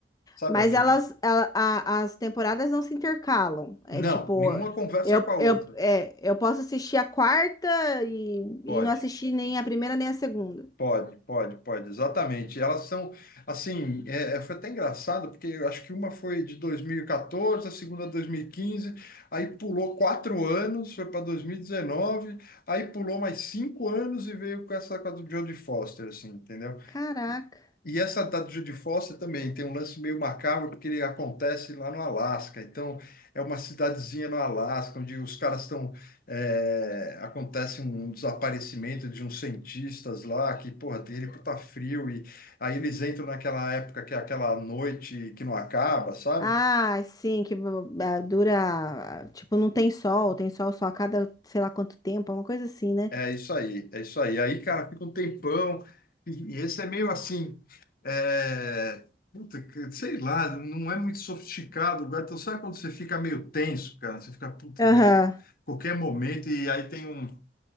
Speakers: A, on the left; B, on the left.
A: Sabe
B: Mas
A: a Jodie?
B: elas, a- a- as temporadas não se intercalam. É
A: Não,
B: tipo,
A: nenhuma conversa
B: eu,
A: com a outra.
B: eu, é, eu posso assistir a quarta e,
A: Pode.
B: e não assistir nem a primeira nem a segunda.
A: Pode, pode, pode, exatamente. Elas são, assim, é, é, foi até engraçado, porque eu acho que uma foi de 2014, a segunda 2015, aí pulou quatro anos, foi para 2019, aí pulou mais cinco anos e veio com essa com a do Jodie Foster, assim, entendeu?
B: Caraca.
A: E essa da Judy Foster também tem um lance meio macabro, porque ele acontece lá no Alasca. Então, é uma cidadezinha no Alasca, onde os caras estão. é, acontece um desaparecimento de uns cientistas lá, que, porra, tem ele puta frio. E aí eles entram naquela época que é aquela noite que não acaba, sabe?
B: Ah, sim, que bu- ah, dura. Tipo, não tem sol, tem sol só a cada sei lá quanto tempo, é uma coisa assim, né?
A: É isso aí, é isso aí. Aí, cara, fica um tempão. E, e esse é meio assim. É... Puta, que- sei lá, não é muito sofisticado. cara. Então, sabe quando você fica meio tenso, cara? Você fica, puta,
B: Aham.
A: meu, qualquer momento. E aí tem um.